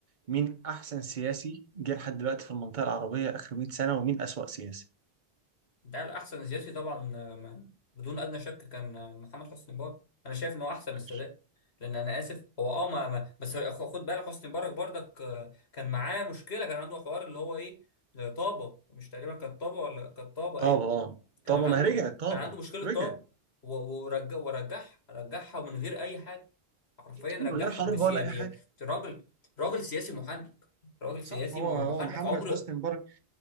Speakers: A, on the right; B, on the left.
A: مين أحسن سياسي جه لحد دلوقتي في المنطقة العربية آخر 100 سنة ومين أسوأ سياسي؟
B: ده الأحسن سياسي طبعا آه، ما- بدون أدنى شك كان آه، محمد حسني مبارك أنا شايف إن هو أحسن من
A: ماشي
B: السادات لأن أنا آسف هو أه ما ما- بس هو- خ- خد بالك حسني مبارك برضك آه، كان معاه مشكلة كان عنده حوار اللي هو إيه آه، طابة مش تقريبا كانت طابة ولا كانت طابة
A: طابة
B: أيوه
A: اه
B: كان
A: طابة
B: عنده
A: ما هي رجعت طابة
B: كان عنده مشكلة
A: رجعت
B: طابة و- و- ورجع ورجعها رجعها من غير أي حاجة حرفيا
A: من
B: رجعها
A: غير حرب
B: بسيابية
A: ولا أي حاجة
B: راجل راجل سياسي محنك راجل
A: صح
B: سياسي
A: هو
B: م-
A: هو
B: محنك
A: محمد
B: عمره
A: حسني مبارك